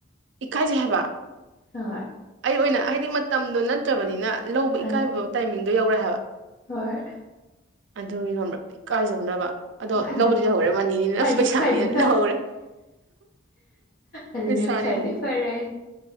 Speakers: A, on the right (about 70°); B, on the left (about 45°).
A: ꯏꯀꯥꯏꯁꯦ ꯍꯥꯏꯕ
B: ꯍꯣꯏ
A: ꯑꯩ ꯑꯣꯏꯅ ꯍꯥꯏꯗꯤ ꯃꯇꯝꯗꯣ ꯅꯠꯇ꯭ꯔꯕꯅꯤꯅ ꯂꯧꯕ
B: ꯑ
A: ꯏꯀꯥꯏꯕ ꯇꯥꯏꯃꯤꯡꯗꯣ ꯌꯧꯔꯦ ꯍꯥꯏꯕ
B: ꯍꯣꯏ
A: ꯑꯗꯨꯒꯤ ꯈꯪꯕ꯭ꯔꯥ ꯏ ꯀꯥꯏꯖꯕꯅꯕ ꯑꯗꯣ
B: ꯐꯅ
A: ꯂꯧꯕꯗꯤ ꯂꯧꯍꯧꯔꯦ ꯃꯅꯤꯅꯤꯅ
B: ꯐꯗꯤ
A: ꯄꯩꯁꯥꯅꯤꯅ
B: ꯐꯗꯤ
A: ꯂꯧꯍꯧꯔꯦ
B: ꯑꯗꯨ
A: ꯄꯩꯁꯥꯅꯤꯅ
B: ꯐꯗꯤ ꯐꯔ